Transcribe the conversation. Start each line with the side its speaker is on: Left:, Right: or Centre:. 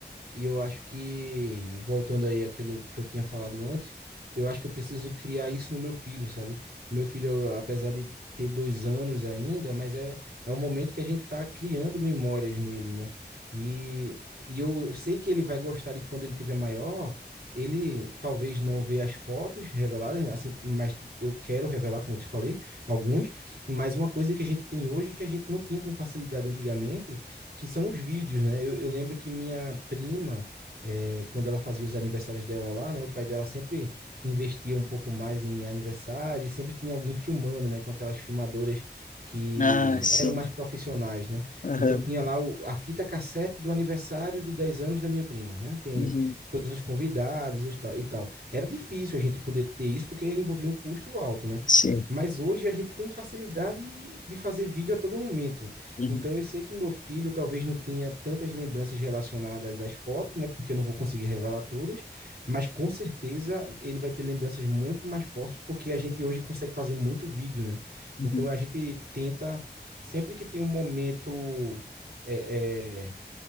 Right: E eu acho que, voltando aí àquilo que eu tinha falado antes, eu acho que eu preciso criar isso no meu filho, sabe? Meu filho, apesar de ter dois anos ainda, mas é, é um momento que a gente tá criando memórias nele, né? E, e eu sei que ele vai gostar de quando ele tiver maior, ele talvez não vê as fotos reveladas, né? assim, mas eu quero revelar, como eu te falei, alguns mas uma coisa que a gente tem hoje que a gente não tinha com facilidade antigamente que são os vídeos, né? Eu, eu lembro que minha prima, é, quando ela fazia os aniversários dela lá, né? O pai dela sempre investia um pouco mais em aniversário e sempre tinha alguém filmando, né? Com aquelas filmadoras que
Left: Ah, sim.
Right: eram mais profissionais, né?
Left: Aham.
Right: Então tinha lá o- a fita cassete do aniversário de 10 anos da minha prima, né? Tem
Left: Uhum.
Right: todos os convidados e tal. e tal. Era difícil a gente poder ter isso porque envolvia um custo alto, né?
Left: Sim.
Right: Mas hoje a gente tem facilidade de fazer vídeo a todo momento.
Left: Uhum.
Right: Então eu sei que meu filho talvez não tenha tantas lembranças relacionadas às fotos, né? Porque eu não vou conseguir revelar todas, mas com certeza ele vai ter lembranças muito mais fortes, porque a gente hoje consegue fazer muito vídeo, né?
Left: Uhum.
Right: Então a gente tenta, sempre que tem um momento é, é,